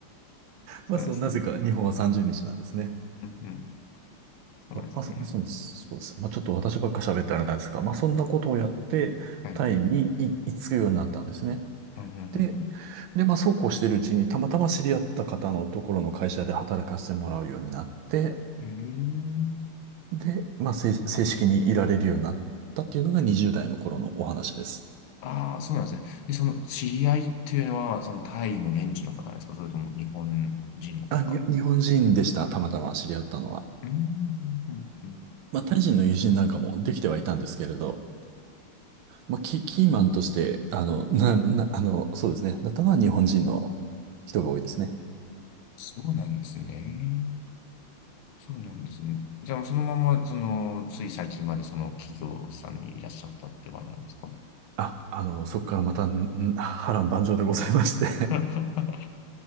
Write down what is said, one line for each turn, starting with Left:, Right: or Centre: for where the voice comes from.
Left: <laughs> そうなんですね。
Right: まあそう、なぜか日本は30日なんですね。
Left: うんうん。そうなんですね。
Right: そうまあ、そ、まあそうそうです。まあ、ちょっと私ばっか喋ったらあれなんですが、まあ、そんなことをやって、
Left: はい。
Right: タイにい行き着くようになったんですね。
Left: うんう
Right: で、
Left: ん
Right: で、まあ、そうこうしてるうちに、たまたま知り合った方のところの会社で働かせてもらうようになって、
Left: うんうん。ええ
Right: で、まあ、正正式にいられるようになったっていうのが20代の頃のお話です。
Left: ああ、そうなんですね。え、その知り合いっていうのは、そのタイの現地の方ですかそれとも日本人の方
Right: あ、に、日本人でした、たまたま知り合ったのは。
Left: うーん、うんうん
Right: まあ、タイ人の友人なんかもできてはいたんですけれど、まあ、キ、キーマンとして、あの、な、な、あの、そうですね、なったのは日本人の人が多いですね。
Left: そうなんですね。そうなんですね。じゃあ、そのまま、その、つい最近までその企業さんにいらっしゃったって感じなんですか
Right: あ、あの、そこからまた、んん波乱万丈でございまして
Left: <laughs>